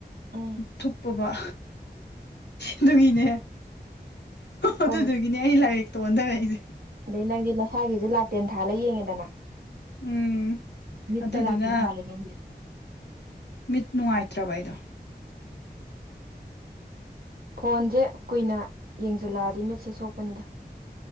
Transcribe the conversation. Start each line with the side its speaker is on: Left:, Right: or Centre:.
Right: ꯎꯝ
Left: ꯊꯨꯞꯄꯕ ꯑꯗꯨꯒꯤꯅꯦ
Right: ꯍꯣꯏꯅꯦ
Left: ꯑꯗꯨꯗꯨꯒꯤꯅꯦ ꯑꯩ ꯂꯥꯏꯔꯤꯛꯇ ꯑꯣꯟꯊꯔꯛꯏꯁꯦ
Right: ꯑꯗꯩ ꯅꯪꯗꯤ ꯅꯁꯥꯒꯤꯁꯨ ꯂꯥꯇꯦꯟ ꯊꯥꯜꯂ ꯌꯦꯡꯉꯦꯗꯅ
Left: ꯎꯝ
Right: ꯃꯤꯠꯇ
Left: ꯑꯗꯨꯗꯨꯅ
Right: ꯂꯇꯅ ꯊꯂ ꯅꯗꯦ
Left: ꯃꯤꯠ ꯅꯨꯡꯉꯥꯏꯇ꯭ꯔꯕ ꯑꯩꯗꯣ
Right: ꯐꯣꯟꯁꯦ ꯀꯨꯏꯅ ꯌꯦꯡꯁꯤꯜꯂꯛꯑꯗꯤ ꯃꯦꯠꯁꯦꯁ ꯁꯣꯛꯄꯅꯤꯗ